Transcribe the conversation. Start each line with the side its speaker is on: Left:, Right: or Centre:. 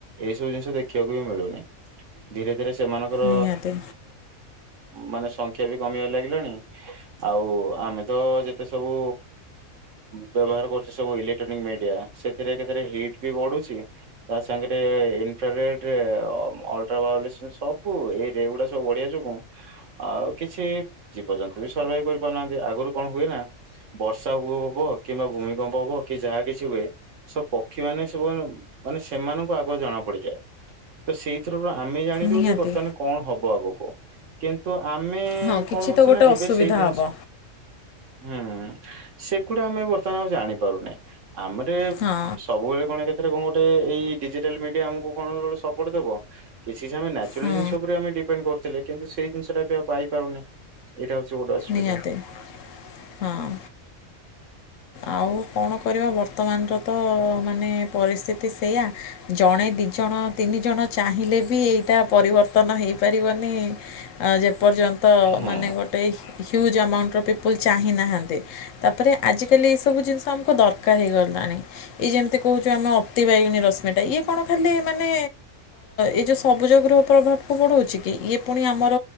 Right: ଏଇସବୁ ଜିନିଷ ଦେଖିବାକୁ ବି ମିଳୁନି। ଧୀରେ ଧୀରେ ସେମାନଙ୍କର
Left: ନିହାତି
Right: ମାନେ ସଂଖ୍ୟା ବି କମିବାରେ ଲାଗିଲାଣି, ଆଉ ଆମେ ତ ଯେତେ ସବୁ ବ୍ୟବହାର କରୁଚେ ସବୁ ଇଲେକ୍ଟ୍ରୋନିକ୍ ମିଡିଆ। ସେ ଥିରେ କା ଥିରେ ହିଟ୍ ବି ବଢୁଚି। ତା ସାଙ୍ଗରେ ଇନଫ୍ରାରେଡ ଅଲଟ୍ରାଭାଉଲେସନ ସବୁ ଏଇ ଗୁଡା ସବୁ ବଢିଆ ଯୋଗୁଁ ଆଉ କିଛି ଜୀବଜନ୍ତୁ ବି ସର୍ଭାଇଭ କରିପାରୁନାହାନ୍ତି। ଆଗରୁ କଣ ହୁଏ ନା ବର୍ଷା ହବ କିମ୍ବା ଭୂମିକମ୍ପ ହବ କି ଯାହା କିଛି ହୁଏ ସେ ପକ୍ଷୀ ମାନେ ସବୁ ମାନେ ମାନେ ସେମାନଙ୍କୁ ଆଗୁଆ ଜଣା ପଡିଯାଏ ତ ସେଇଥିରୁ ବି ଆ ଆମେ ଜାଣିଦଉଚେ,
Left: ନିହାତି।
Right: ବର୍ତ୍ତମାନ କଣ ହବ ଆଗକୁ। କ କିନ୍ତୁ ଆମେ
Left: ହଁ କିଛି
Right: କଣ ହଉଚି
Left: ତ ଗୋଟେ
Right: ନା ଏବେ
Left: ଅସୁବିଧା
Right: ସେଇ ଜିନିଷ
Left: ହବ
Right: ହୁଁ, ସେଗୁଡା ଆମେ ଆଉ ବର୍ତ୍ତମାନ ଜାଣିପାରୁନେ। ଆମରେ ଏ
Left: ହଁ
Right: ସବୁବେଳେ କଣ କେଥିରେ କଣ ଗୋଟେ ଏଇ ଡିଜିଟାଲ ମିଡିଆ ଆମକୁ କଣ ସପୋର୍ଟ ଦବ? କିଛି ଆମେ ନାଚୁରାଲ
Left: ହଁ
Right: ଜିନିଷ ଉପରେ ଆମେ ଡିପେଣ୍ଡ କରୁଥିଲେ। କିନ୍ତୁ ସେଇ ଜିନିଷ ଟା ବି ଆଉ ପାଇପାରୁନେ। ଏଇଟା ହଉଚି ଗୋଟେ ଅସୁବିଧା।
Left: ନିହାତି ହଁ ଆଉ କଣ କରିବ। ବର୍ତ୍ତମାନର ତ ମାନେ ପରିସ୍ଥିତି ସେଇୟା ଜଣେ ଦି ଜଣ ତିନି ଜଣ ଚାହିଁଲେ ବି ଏଇଟା ପରିବର୍ତ୍ତନ ହେଇପାରିବନି। ଆଉ ଯେ ପର୍ଯ୍ୟନ୍ତ
Right: ହଁ
Left: ମାନେ ଗୋଟେ ହ୍ୟୁଜ୍ ଆମାଉଣ୍ଟ ଅଫ୍ ପିପୁଲ୍ ଚାହିଁନାହାନ୍ତି। ତାପରେ ଆଜି ଜି କାଲି ଏଇସବୁ ଜିନିଷ ଆମକୁ ଦରକାର ହେଇଗଲାଣି। ଇ ଯେମିତି କହୁଚୁ ଆମେ ଅତିିବାଇଗୁଣୀ ରଶ୍ମିଟା, ଇଏ କଣ ଖାଲି ମାନେ ଏ ଯେଉଁ ସବୁଜ ଗୃହ ପ୍ରଭାବକୁ ବଡ଼ଉଛି କି? ଇଏ ପୁଣି ଆମର